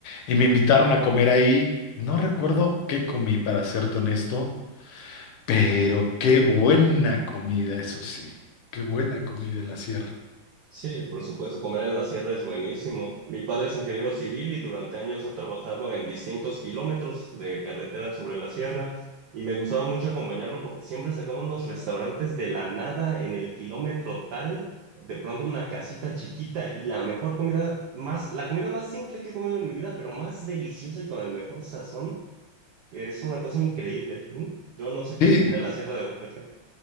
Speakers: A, on the left; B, on the right.
A: y me invitaron a comer ahí. No recuerdo qué comí, para serte honesto, pero qué buena comida, eso sí. Qué buena comida en la sierra.
B: Sí, por supuesto, comer en la sierra es buenísimo. Mi padre es ingeniero civil y durante años ha trabajado en distintos kilómetros de carretera sobre la sierra y me gustaba mucho acompañarlo porque siempre sacaba unos restaurantes de la nada en el kilómetro tal, de pronto una casita chiquita y la mejor comida, más, la comida más simple que he comido en mi vida, pero más deliciosa y con el mejor sazón, es una cosa increíble. ¿no? Yo no sé qué
A: Sí,
B: tiene la sierra de Oaxaca,